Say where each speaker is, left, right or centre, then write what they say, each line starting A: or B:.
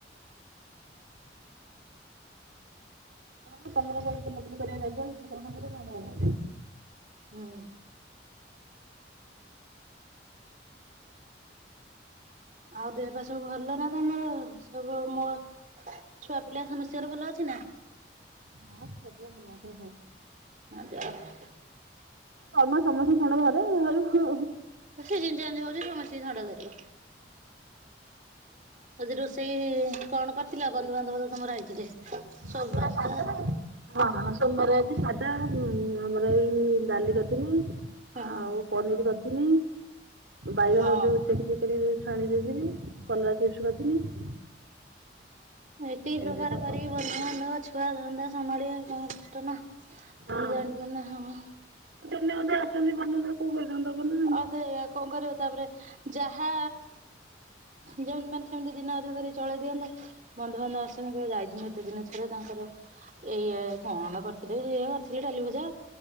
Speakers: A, on the right; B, on the right.
A: ହଁ ତମର କଡେ ବୁଲାବୁଲି କରିବା ଯାଇଛଛ ପାଙ୍କରେ ମ ଯାଇନାହାନ୍ତି <unintelligible>
B: ହୁଁ। ଆଉ ଦେହ ପା ସବୁ ଭଲ ନା ତମର ସବୁ ମୋ ଛୁଆ ପିଲା ସମସ୍ତିଙ୍କର ଭଲ ଅଛି ନା?
A: ହଁ ଛୁଆପିଲା ଭଲ ଅଛନ୍ତି ସବୁ।
B: <unintelligible>
A: ହଁ ମ ସମସ୍ତିଙ୍କୁ ଥଣ୍ଡା ଧରେ
B: ସେ <unintelligible> ହଉଛି ସମସ୍ତିଙ୍କି ଥଣ୍ଡା ଧରିବ। ଆଜି ରୋଷେଇ କଣ କରିଥିଲ? ବନ୍ଧୁବାନ୍ଧବ ତ ତମର ଆଇଥିଲେ। ସୋମବାର
A: ଆଜିର ସାଧା
B: ତ
A: ଆଉ। ହଁ ହଁ ସୋମବାର ଆଜି ସାଧା ଆମର ଏଇ ଡାଲି କରିଥିଲି
B: ହଁ
A: ଆଉ ପନିର କରିଥିନି ବାଇଗଣ
B: ହଁ।
A: ଯୋଉ ଚେକି ଚେକି କରି ଛାଣି ଦେଇଥିନି କଲରା ଚିପ୍ସ କରିଥିନି।
B: ଏତିକି ପ୍ରକାର
A: ଏମିତି ତ
B: କରିକି
A: କ-
B: ବ ନୂଆ ନୂଆ ଛୁଆ ଧନ୍ଦା ସମ୍ଭାଳିବା କମ କଷ୍ଟ ନା ମୁଁ
A: ହଁ
B: ଜାଣିପାରୁ ନା ହଁ
A: ଦିନେ ଅଧେ ଆସୁଛନ୍ତି ବନ୍ଧୁବାନ୍ଧବ କୋଉ <unintelligible>
B: ଆଉତ ଏୟା କଣ କରିବ ତାପରେ ଯାହା ଯେମତି ମାନେ ସେମିତି ଦିନେ ଅଧେ କରି ଚଳେଇ ଦିଅନ୍ତା ବନ୍ଧୁବାନ୍ଧବ <unintelligible> ଯାଇଛନ୍ତି ଏତେ ଦିନରେ ଥରେ ତାଙ୍କର ଏୟା <unintelligible> <unintelligible> କରିଥିଲି ଡାଲି ଭଜା